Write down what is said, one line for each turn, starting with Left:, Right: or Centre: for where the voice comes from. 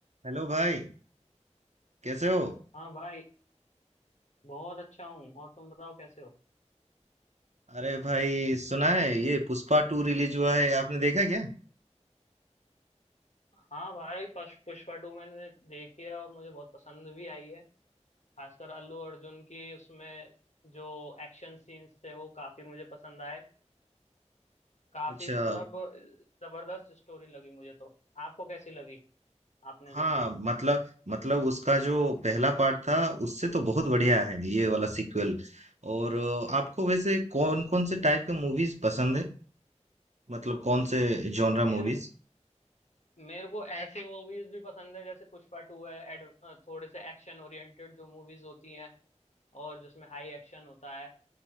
Right: Hello भाई कैसे हो
Left: हाँ भाई बहुत अच्छा हूँ और तुम बताओ कैसे हो
Right: अरे भाई सुना है ये पुष्पा टू रिलीज हुआ है आपने देखा क्या
Left: हाँ भाई पश- पुष्पा टू मैंने देखी है और मुझे बहुत पसंद भी आई है खासकर अल्लू अर्जुन की उसमें जो एक्शन सीन्स थे वो काफी मुझे पसंद आए काफी
Right: अच्छा
Left: मतलब जबरदस्त स्टोरी लगी मुझे तो आपको कैसी लगी आपने
Right: हाँ
Left: जब देखी
Right: मतलब मतलब उसका जो पहला पार्ट था उससे तो बहुत बढ़िया है ये वाला सीक्वल और अ, आपको वैसे कौन कौन से टाइप के मूवीज पसंद है मतलब कौन से जॉनरा
Left: मेरे
Right: मूवीज
Left: मेरे को ऐसी मूवीज भी पसंद है जैसे पुष्पा टू है एड, थोड़े से एक्शन ओरिएंटेड जो मूवीज होती हैं और जिसमें हाई एक्शन होता है